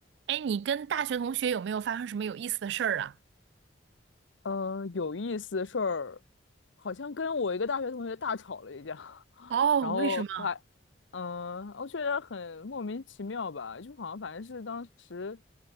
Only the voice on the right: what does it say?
哎，你跟大学同学有没有发生什么有意思的事儿啊？
哦，
为什么？